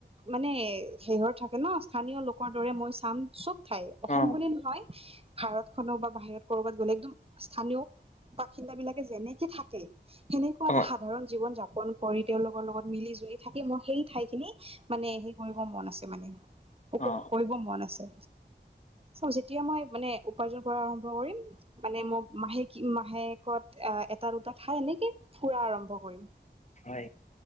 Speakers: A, on the right (about 30°); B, on the left (about 40°).
A: মানে শেহৰ থাকে ন স্থানীয় লোকৰ দৰে মই চাম চব ঠাই অসম
B: অ
A: বুলি নহয় ভাৰত খন বা বাহিৰত কৰবাত গ'লে একদম স্থানীয় বাসিন্দা বিলাকে যেনেকে থাকে সেনেকোৱা
B: অ
A: এটা সাধাৰণ জীৱন যাপন কৰি তেওঁলোকৰ লগত মিলি জুলি থাকি মই সেই ঠাইখিনি। মানে হেই কৰিব মন আছে মানে, উপভোগ
B: অ অ
A: কৰিব মন আছে। যেতিয়া মই মানে উপাৰ্জন কৰা আৰম্ভ কৰিম মানে মোক মাহেকী মাহেকত অ' এটা, দুটা ঠাই এনেকে ফুৰা আৰম্ভ কৰিম।
B: হয়